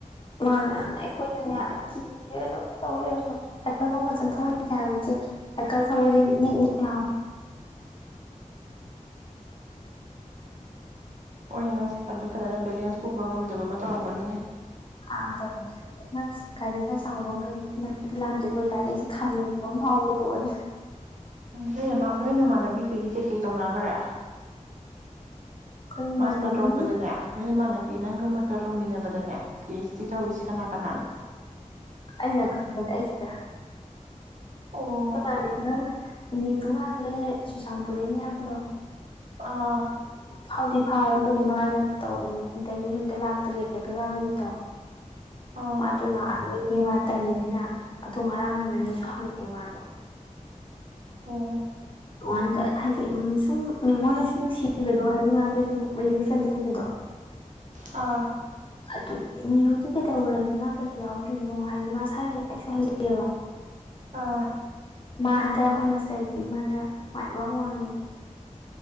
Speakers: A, on the left; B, on the right.
A: ꯃꯥꯅꯦ ꯑꯩꯈꯣꯏꯅꯅꯦ ꯑꯀꯤꯅꯦꯦ ꯑꯗꯨꯝ ꯇꯧ ꯂꯩꯕꯗꯣ ꯁꯥꯏꯀꯜꯗꯣ ꯐꯖꯅ ꯊꯧꯍꯩꯇꯦ ꯍꯥꯏꯕ ꯏꯆꯦ ꯁꯥꯏꯀꯜ ꯊꯧꯕꯁꯦ ꯅꯤꯛ ꯅꯤꯛ ꯂꯥꯎꯋꯦ
B: ꯃꯣꯏꯅꯤ ꯅꯪ ꯁꯥꯏꯀꯜꯗꯣ ꯐꯖꯅ ꯕꯦꯂꯦꯟꯁ ꯄꯨꯕ ꯉꯝꯗꯕ ꯑꯃ ꯇꯧꯔꯝꯒꯅꯤꯅꯦ
A: ꯑꯥ ꯇꯧꯋꯦ ꯑꯗꯨꯅ ꯒꯥꯔꯤ ꯈꯔ ꯆꯥꯎꯕ ꯑꯃꯒ ꯏꯅꯥꯛꯇ ꯂꯥꯟꯗꯣꯏꯕ ꯑꯣꯏꯇꯥꯔꯗꯤ ꯑꯩꯁꯦ ꯈꯥꯝꯅꯤꯡꯕ ꯑꯃ ꯐꯥꯎꯕꯗꯣ ꯑꯣꯏꯔꯦ
B: ꯅꯣꯏꯅ ꯅꯣꯏꯅ ꯃꯃꯅꯕꯤꯈꯩꯗꯤ ꯀꯩꯀꯩ ꯇꯧꯅꯈ꯭ꯔꯦ
A: ꯑꯩꯈꯣꯏꯃꯅꯕꯤ
B: ꯃꯥꯁꯇꯔ ꯇꯧꯕꯗꯅꯦ ꯅꯣꯏ ꯏꯃꯥꯟꯅꯕꯤ ꯅꯪꯒ ꯃꯁꯇꯔ ꯇꯧꯃꯤꯟꯅꯕꯗꯅꯦ ꯄꯤ ꯑꯩꯆ ꯗꯤ ꯇꯧꯔꯤꯁꯤ ꯀꯅꯥ ꯀꯅꯥꯅꯣ
A: ꯑꯩꯅ ꯈꯪꯕꯗ ꯑꯩ ꯈꯤꯇ
B: ꯑꯣ
A: ꯑꯩꯈꯣꯏ ꯃꯥꯔꯤꯕ ꯅꯤꯔꯨ ꯍꯥꯏꯕꯗꯅꯦ ꯆꯨꯔꯆꯥꯟꯄꯨꯔꯩꯅꯦ ꯍꯥꯏꯕꯗꯣ
B: ꯑꯥ
A: ꯍꯥꯎꯗꯤ ꯐꯥꯔ ꯑꯗꯨꯒ ꯃꯥꯅ ꯏꯟꯇꯔꯚꯤꯌꯨ ꯅꯨꯃꯤꯠꯇ ꯂꯥꯛꯇꯔꯤꯦ ꯄꯩꯕꯥ ꯅꯨꯃꯤꯠꯇꯣ
B: ꯑꯥ
A: ꯃꯥꯗꯨ ꯂꯔ ꯦ ꯃꯥ ꯇꯜꯂꯦꯅ ꯑꯗꯣ ꯉꯔꯥꯡ ꯃꯤ ꯑꯃꯅꯁꯨ ꯍꯪꯉꯛꯑꯦ ꯃꯥꯗꯣ
B: ꯑꯣ
A: ꯑꯣꯗ ꯍꯥꯏꯗꯤ ꯁꯨꯝ ꯃ ꯃꯣꯏꯅ ꯁꯨꯝ ꯅꯨꯡꯁꯤꯕꯗꯣ ꯍꯥꯏꯗꯤ ꯃꯥꯗ ꯁꯨꯝ ꯔꯤꯂꯤꯞꯟꯗ ꯂꯩꯕꯗꯣ
B: ꯑꯥ
A: ꯑꯗꯨꯒꯤ ꯅꯤꯔꯨꯗꯤ ꯀꯩꯗꯧꯔꯒꯦ ꯃꯥ ꯀꯩꯀꯩ ꯌꯥꯎꯗꯣꯏꯅꯣ ꯍꯥꯏꯗꯤ ꯃꯥ ꯏꯁꯥꯒꯤ ꯂꯥꯏꯔꯤꯛꯁꯨ ꯍꯩꯖꯩꯑꯦꯕ
B: ꯑꯥ
A: ꯃꯥ ꯍꯟꯗꯛ ꯑꯩꯈꯣꯏ ꯃꯥꯁꯇꯔꯒꯤ ꯃꯥꯅ ꯃꯏ ꯋꯥꯡ ꯋꯥꯡꯉꯤꯅꯦ